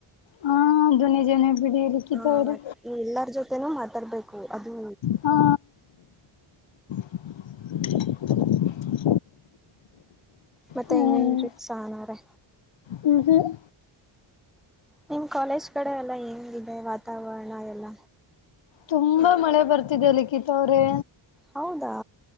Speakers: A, on the left; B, in the centre.
A: ಹ ದೂನಿ ಜನ ಬಿಡಿ ಲಿಖಿತ
B: ಹಾ
A: ಅವ್ರೆ
B: ಎಲ್ಲರ ಜೊತೆೇನೂ ಮಾತಾಡ್ಬೇಕು ಅದು
A: ಹಾ <unintelligible>
B: ಮತ್ತೆ
A: ಹ್ಮ್
B: ಇನ್ನೇನ್ ರಿ ಸನಾ ಅವ್ರೆ
A: ಹ್ಮ್ ಹ್ಮ್
B: ನಿಮ್ ಕಾಲೇಜ್ ಕಡೆ ಎಲ್ಲ ಹೆಂಗಿದೆ ವಾತಾವರಣ ಎಲ್ಲ
A: ತುಂಬಾ ಮಳೆ ಬರ್ತಿದೆ ಲಿಖಿತ ಅವ್ರೇ
B: ಹೌದಾ